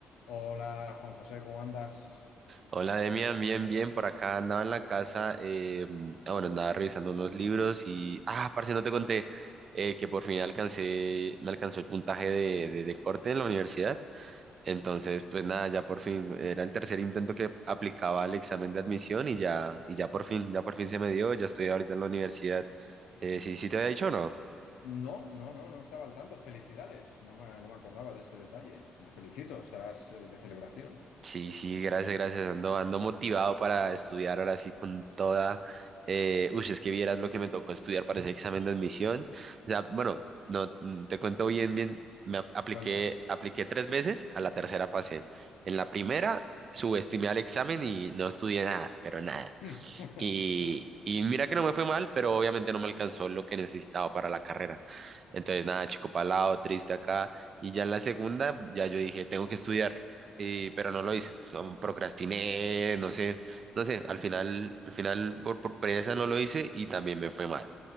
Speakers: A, on the left; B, on the right.
A: Hola, Juan José, ¿cómo andas?
B: Hola Demian, bien, bien, por acá andaba en la casa, eh, ah, bueno, andaba revisando unos libros y, ah, parce, no te conté eh, que por fin alcancé, me alcanzó el puntaje de, de, de corte en la universidad, entonces,
A: Ah,
B: pues nada, ya por fin, era el tercer intento que aplicaba al examen de admisión y ya, y ya por fin, ya por fin se me dio, ya estoy ahorita en la universidad, eh, ¿sí, sí te había dicho o no?
A: no, no, no, no estaba al tanto. Felicidades. No me, no me acordaba de este detalle. Te felicito, estarás eh, de celebración.
B: Sí, sí, gracias, gracias. Ando, ando motivado para estudiar ahora sí con toda. Eh, uy, es que vieras lo que me tocó estudiar para ese examen de admisión. O sea, bueno, no mm, te cuento bien, bien. Me ap- apliqué,
A: Cuéntame.
B: apliqué tres veces, a la tercera pasé. En la primera subestimé al examen y no estudié nada, pero nada.
A: <laughs>
B: Y, y mira que no me fue mal, pero obviamente no me alcanzó lo que necesitaba para la carrera. Entonces, nada, chico palado, triste acá. Y ya en la segunda, ya yo dije, tengo que estudiar, y- pero no lo hice. no, procrastiné, no sé, no sé, al final, al final por, por pereza no lo hice y también me fue mal.